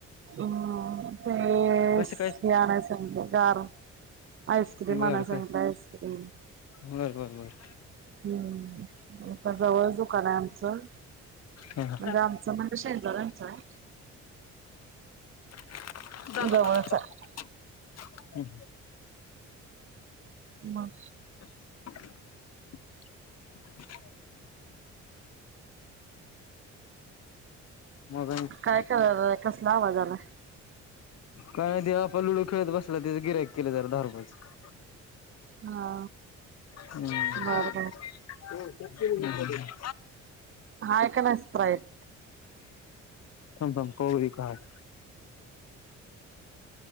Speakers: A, on the right; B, on the left.
A: हम्. ते
B: कसं काय
A: मी आणल्या सांगितले, गार आईस्क्रीम
B: बर
A: आणाय सांगितले
B: काय
A: आईस्क्रीम.
B: बर बर बर.
A: हम्म आता जवळच दुकान आहे आमचं.
B: हा हा
A: म्हणजे आमचं म्हणजे शेजारांचे आहे.
B: <unintelligible>
A: जवळच आहे मग
B: <inaudible> <inaudible> मग आणि
A: काय काय करायला कसला आवाज आला?
B: का नाही ते आपण लुडू खेळत बसला त्याचं गिऱ्हाईक केले दहा रुपयाचं.
A: हा.
B: हम्म.
A: बर बर
B: <unintelligible>
A: हाय का नाही स्प्राईट
B: थांब थांब काळुदे काय आता